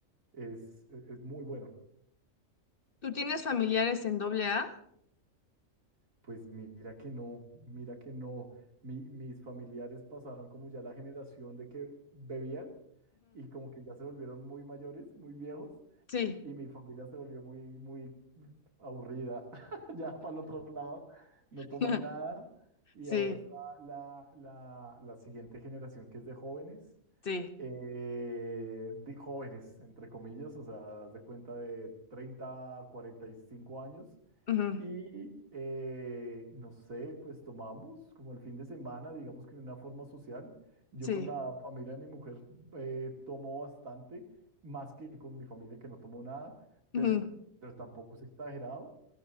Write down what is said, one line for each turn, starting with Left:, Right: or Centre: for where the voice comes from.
Right: es, es es muy bueno.
Left: ¿Tú tienes familiares en doble A?
Right: Pues mira que no, mira que no. Mi- mis familiares pasaron como ya la generación de que bebían y como que ya se volvieron muy mayores, muy viejos
Left: Sí,
Right: y mi familia se volvió muy, muy aburrida. <laughs> Ya para el otro lado, no
Left: <laughs>
Right: toman nada. Y
Left: sí,
Right: ahora está la, la, la siguiente generación que es de jóvenes,
Left: sí,
Right: eh, de jóvenes, entre comillas, o sea, haz de cuenta de treinta cuarenta y cinco años,
Left: ujú,
Right: y eh, no sé, pues tomamos como el fin de semana, digamos que de una forma social. Yo
Left: sí,
Right: con la familia de mi mujer eh, tomo bastante, más que con mi familia que no tomo nada, pero,
Left: ujú,
Right: pero tampoco es exagerado.